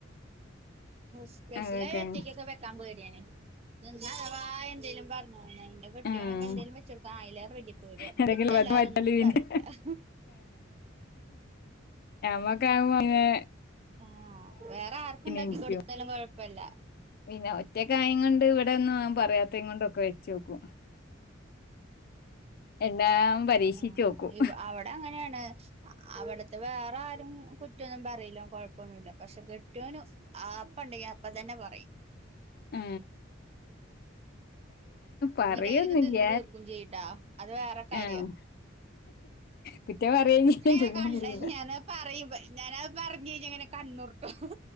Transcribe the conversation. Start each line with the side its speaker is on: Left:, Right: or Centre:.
Right: സ്പെഷ്യലായി
Left: അതൊക്കെ
Right: ഒറ്റക്കൊക്കെ വെക്കാൻ പോയ് ഞാൻ നിന്നാ വാ എന്തേലും പറഞ്ഞ് ആണ എന്റെ കെട്ടിയോനൊക്കെ
Left: ഉം
Right: എന്തെങ്കിലും വെച്ചു കൊടുക്കാൻ അതിലേറ വലിയ പുകിലാ
Left: എന്തെങ്കിലും
Right: കുറ്റം
Left: വന്ന്
Right: അല്ലാതെ
Left: മാറ്റാല്
Right: ഒന്നും
Left: പിന്നെ
Right: പറയില്ല <inaudible>
Left: മ്മക്കെ ആകുമ്പോനെ
Right: ആ വേറെ ആർക്കും ഉണ്ടാക്കി
Left: ഇൻക്കും
Right: കൊടുത്താലും കൊഴപ്പല്ല
Left: പിന്നെ ഒറ്റക്കായം കൊണ്ട് ഇവിടെ ഒന്നും പറയാത്ത കൊണ്ടൊക്കെ വെച്ച് വെക്കും <inaudible> എല്ലാം പരീക്ഷിച്ചോക്കും
Right: ആ അവിടെ അങ്ങനെയാണ് അവിടെ വേറെ ആരും കുറ്റെന്നുംന്നും പറയില്ലാ കുഴപ്പമൊന്നുല്ല പക്ഷെ കൊട്ടിയോന് ആപ്പ ഉണ്ടെങ്കിൽ അപ്പ തന്നെ പറയും
Left: ആ പറയൊന്നുല്ല
Right: എന്നിട്ട് അത് എടുത്ത് തിന്ന് തീർക്കും ചെയ്യുട്ടാ അത് വേറെ കാര്യം
Left: ആഹ് കുറ്റം പറയേം ചെയ്യും
Right: അങ്ങനെ
Left: തിന്നേം
Right: കണ്ണ്
Left: ചെയ്യൂല
Right: ഞാന് പറയും ഞാനത് പറഞ്ഞു കഴിഞ്ഞാ ഇങ്ങനെ കണ്ണൂരുട്ടും